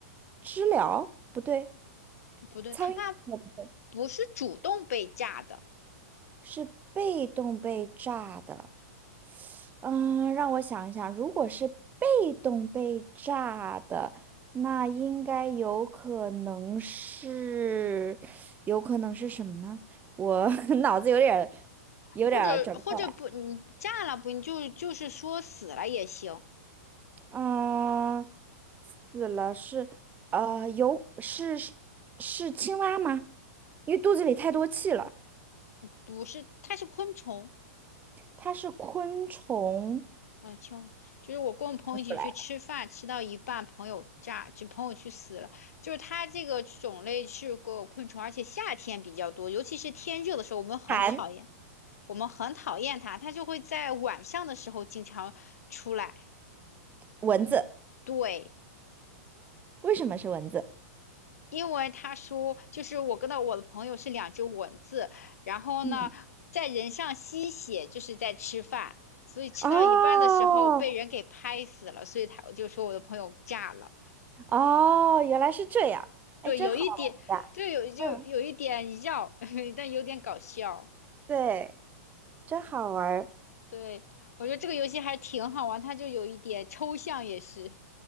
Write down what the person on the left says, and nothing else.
不对，
它不是主动被炸的，
或者或者不，你炸了不，你就就是说死了也行，
不是，它是昆虫。
嗯，就就是我跟我朋友一起去吃饭，
吃到一半，朋友炸，就朋友去死了。就是它这个种类是个昆虫，而且夏天比较多，尤其是天热的时候，我们很讨厌，
我们很讨厌它，它就会在晚上的时候经常出来。
对，
因为他说，就是我跟到我的朋友是两只蚊子，然后呢，
在人上吸血，就是在吃饭，所以吃到一半的时候被人给拍死了，
所以他我就说我的朋友炸了。
对，
有一点，就有就有一点绕，
<laughs> 但有点搞笑。
对，我觉得这个游戏还挺好玩，它就有一点抽象也是。